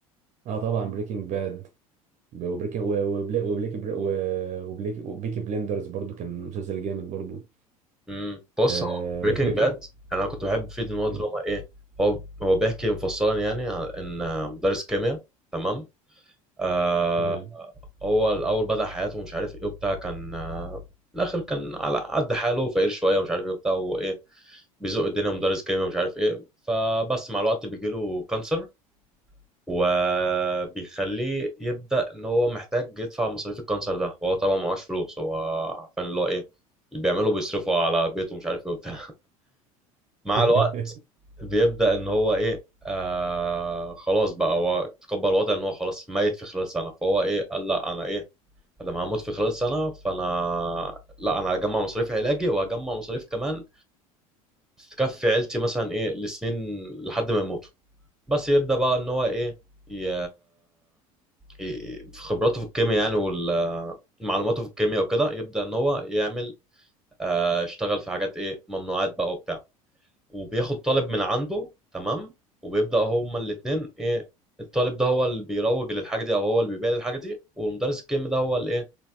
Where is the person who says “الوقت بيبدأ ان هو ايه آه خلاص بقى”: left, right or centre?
Centre